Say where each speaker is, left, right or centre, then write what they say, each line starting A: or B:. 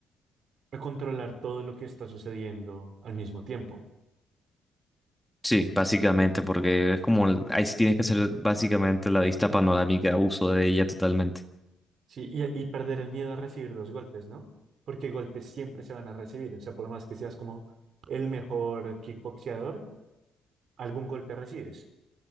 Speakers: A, on the right; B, in the centre.
A: a controlar todo lo que está sucediendo al mismo tiempo.
B: Sí, básicamente, porque es como, el- ahí sí tienes que hacer básicamente la vista panorámica, uso de ella totalmente.
A: Sí, y, y perder el miedo a recibir los golpes, ¿no? Porque golpes siempre se van a recibir, o sea, por más que seas como el mejor kickboxeador, algún golpe recibes.